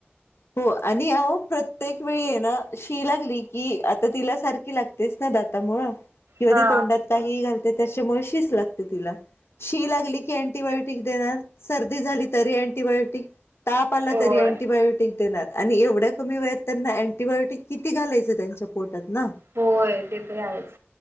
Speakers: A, on the left; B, on the right.
A: हो आणि अ प्रत्येक वेळी ये ना शी लागली की आता तिला सारखी लागतेच ना. दाता मुळ. किंवा
B: हा
A: तोंडात काही घालते त्याच्यामुळे शीचं लागते तिला शी लागली की अँटीबायोटिक. दे सर्दी झाली तरी अंटीबायोटिक. ताप आला
B: होय
A: तरी अँटी बायोट देणार आणि एवढ्या कमी वेळत त्यांना अँटीबायोटिक किती घालायचं त्यांच्या पोट. ना
B: होय ते तरी आहेच